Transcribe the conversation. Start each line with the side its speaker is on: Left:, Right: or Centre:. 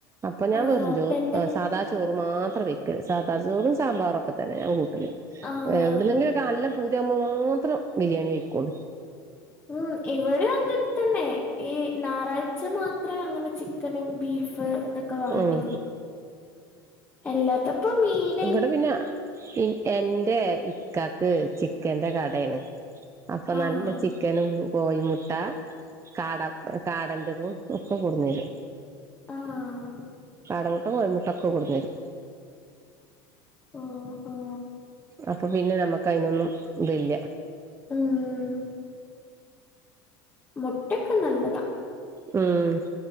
Right: അപ്പൊ ഞാൻ
Left: ആഹ്
Right: പററിഞ്ഞു
Left: അപ്പൊ എന്തൊക്കെ
Right: സാദാ ചോ മാത്രം വെക്ക സാദാ ചോറും സാമ്പാറും ഒക്കെ തന്നെ ഞ കൂട്ട
Left: ആഹ്
Right: എവിുന്നെങ്കിലെല്ല പൂതിയാവുമ്പോൾ മാത്രം ബിരിയാണി വഴക്കുള്ളു
Left: ഉം ഇവിടെ അങ്ങനെ തന്നെ ഈ ഞായറാഴ്ച മാത്രേ അങ്ങനെ ചിക്കനും ബീഫ് ഇതൊക്കെ വാങ്ങിക്കുള്ളൂ
Right: ഉം
Left: എല്ലാത്തപ്പ മീൻ
Right: ഇങ്ങടെ പിന്നെ എറെ ഇക്കക്ക് ചിക്കന്റെ കടയാണ് അപ്പൊ
Left: ആഹ്
Right: നല്ല ചിക്കനും കോഴിമുട്ട കാട കാടൻറതും ഒക്കെ കടന്നര്
Left: ആഹ്
Right: കാടമുട്ടും കോഴമുട്ട ഒക്കെ കൊടുുന്നരും
Left: ഓഹ്ഹോ
Right: അപ്പോൾ പിന്നെ നമുക്ക് അതിനൊന്നും ഇതില്ല
Left: ഉം മുട്ടക്കെ നല്ലതാ
Right: ഉം